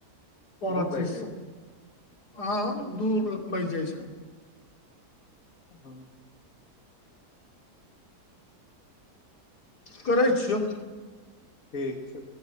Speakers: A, on the left; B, on the left.
A: सारा
B: दू
A: चीजसँ
B: बाजि जाइ
A: हँ दू बाजि जाइ छै
B: हँ
A: करै छियौ
B: ठीक छै